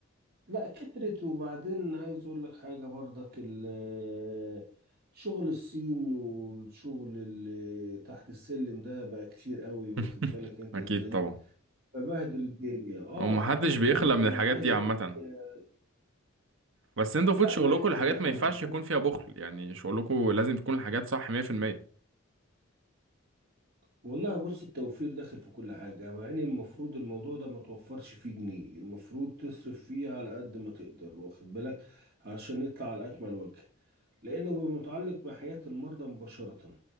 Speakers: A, on the right; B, on the right.
A: لا كترت وبعدين عايز اقول لك حاجة برضك ال- آه، شغل الصين والشغل اللي تحت السلم ده بقى كتير قوي واخد
B: <laughs>
A: بالك انت
B: أكيد
A: ازاي
B: طبعا
A: ببهدل الدنيا اه
B: هو محدش
A: اه آه،
B: بيخلى
A: يعني
B: من
A: اللي
B: الحاجات
A: عايز
B: دي
A: أقول
B: عامة
A: لك، آه،
B: بس انتوا المفروض
A: لا
B: شغلكوا
A: ما يعني
B: الحاجات ما
A: ما
B: ينفعش
A: حد
B: يكون فيها بخل يعني شغلكوا لازم تكون الحاجات صح 100%
A: والله بص التوفير داخل في كل حاجة مع ان المفروض الموضوع ده ما توفرش فيه جنيه المفروض تصرف فيه على قد ما تقدر واخد بالك عشان نطلع على اكمل وجه لانه بيبقى متعلق بحياة المرضى مباشرة